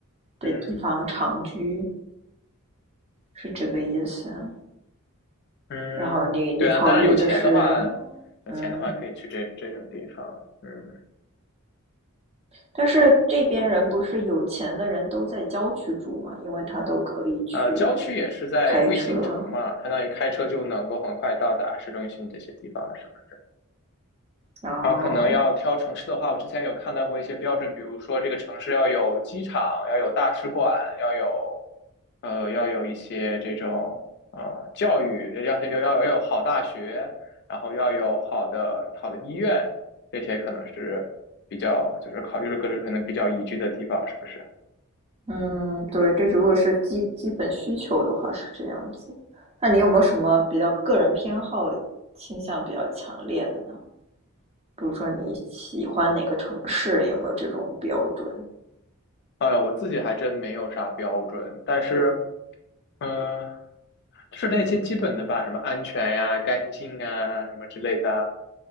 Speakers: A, on the right; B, on the left.
A: 的地方长居，
B: 嗯
A: 是这个意思。
B: 嗯，
A: 然后你你考虑的是，
B: 对啊，当然有钱的话，有钱的话可以去这这种地方。
A: 嗯，
B: 嗯，
A: 但是这边人不是有钱的人都在郊区住嘛，因为他都可以去
B: 呃，郊区也是在卫星城嘛，
A: 开车，
B: 相当于开车就能够很快到达市中心这些地方了，是不是？
A: 然后
B: 然后可能要挑城市的话，我之前有看到过一些标准，比如说这个城市要有机场，要有大使馆，要有。呃，要有一些这种呃教育，要要要要有好大学，然后要有好的好的医院，这些可能是比较就是考虑了各种可能比较宜居的地方，是不是？
A: 嗯，对，这如果是基基本需求的话是这样子。那你有没有什么比较个人偏好倾向比较强烈的呢？比如说你喜欢哪个城市，有没有这种标准？
B: 呃，我自己还真没有啥标准，但是嗯、呃就是那些基本的吧，什么安全呀、干净啊什么之类的。